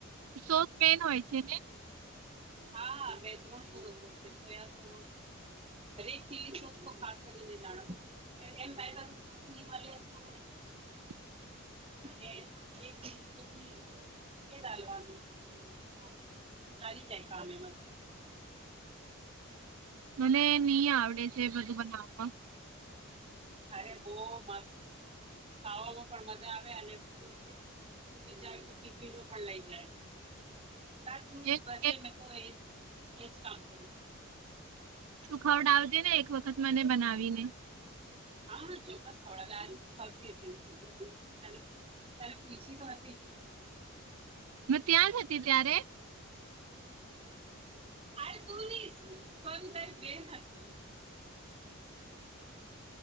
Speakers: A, on the right; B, on the right.
A: સોસ હોય છે ને
B: હાા બેચરન સોસ હોય છે soya sauce red chilli sauce તો ખાસ કરીને જાણ એમ સોસ નહી મળે તો
A: <inaudible>
B: <unintelligible> કે ડાલવાનું તો સારી જાય કામે માતો
A: મને ની આવડે છે, બધું બનાવા
B: અરે બો મસ્ત ખાવામાં પણ મજા આવે અને <unintelligible> તું વિચાર તો ટિફિનો પણ લઈ જાય શકે છે. રાતનુ
A: એક
B: બચે
A: એક
B: મેં તો એજ એજ કામ કરું
A: તુ ખવડાવજે ને એક વખત મને બનાવીને
B: હા હા ચોક્કસ ખવડાવે આજ ખતી હતી તને તને પુઈછી તો હતી
A: મે ત્યાં જ હતી ત્યારે
B: અરે તું ની સોરી તારી બેન હતી